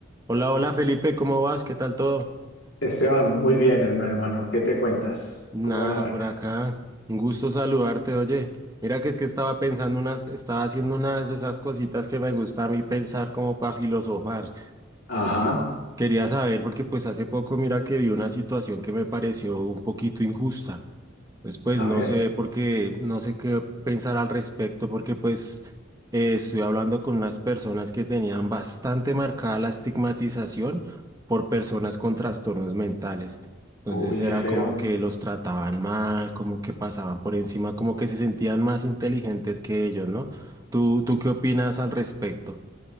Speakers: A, on the right; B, on the left.
A: Hola, hola Felipe, ¿cómo vas? ¿Qué tal todo?
B: Esteban, muy bien, hermano, hermano. ¿Qué te cuentas?
A: Nada,
B: ¿Cómo va la vaina?
A: por acá. Un gusto saludarte, oye. Mira que es que estaba pensando unas, estaba haciendo unas de esas cositas que me gusta a mí pensar como para filosofar.
B: Ajá,
A: Quería saber porque pues hace poco mira que vi una situación que me pareció un poquito injusta. Pues, pues
B: a
A: no
B: ver.
A: sé porque no sé qué pensar al respecto, porque pues eh, estuve hablando con unas personas que tenían bastante marcada la estigmatización por personas con trastornos mentales. Entonces
B: Uy,
A: era
B: qué feo.
A: como que los trataban mal, como que pasaban por encima, como que se sentían más inteligentes que ellos, ¿no? ¿Tú, tú qué opinas al respecto?